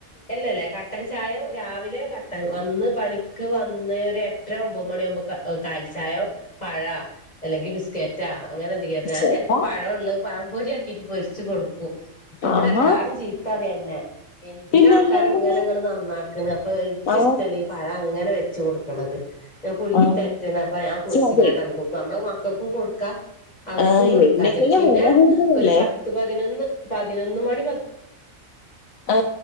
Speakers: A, on the left; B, on the left.
A: ഇല്ല ഇല്ല കട്ടൻ ചായോ രാവിലെയോ കട്ടൻ വന്ന് പണിക്ക് വന്ന് ഒരു എട്ടര ഒമ്പത് മണിയാവുമ്പോ കാ കാലിച്ചായ പഴാ അല്ലെങ്കിൽ ബിസ്ക്കറ്റാ അങ്ങനെ എന്തെങ്കിലൊക്കെ ഞാൻ
B: ചേട്ടാ
A: ചിലപ്പോ പഴം ഉള്ളത് പഴംപൊരി ആക്കി പൊരിച്ച് കൊടുക്കും ഇവിടെ
B: ആഹാ
A: എല്ലാരും ചീത്തറിയന്നെ എ എന്തിനാ
B: പിന്നല്ലാണ്ട്
A: ആൾക്കാരെ ഇങ്ങനെങ്ങള് നന്നാക്കണ് അപ്പൊ എനിക്ക്
B: ആ
A: ഇഷ്ടല്ലേ ഈ പഴ അങ്ങനെ വെച്ച് കൊടുക്കണത് ഞാൻ പുഴുങ്ങി
B: ആ
A: തെറ്റേ അപ്പൊ <unintelligible> ഞാൻൊരിശങ്ങാണ്ടാണ്
B: ഛെ, അത്
A: കൊടുക്ക നമ്മള മക്കൾക്കും കൊടുക്കാം അവർക്കും
B: ആ,
A: കൊടുക്കാച്ചിട്ട്
B: എണ്ണയ്ക്കൊക്കെ
A: പിന്നെ
B: വില കൂടുതലല്ലേ
A: ഒരു പത്ത് പതിനൊന്ന് പതിനൊന്ന് മണിമുതലെ -
B: ആ